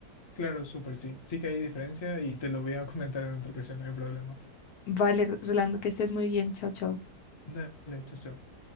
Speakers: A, on the left; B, on the left.
A: Claro, súper sí. Sí que hay diferencia y te lo voy a <laughs> comentar en otra ocasión, no hay problema.
B: Vale, Rolando, que estés muy bien. Chao, chao.
A: Dale, chao, chao.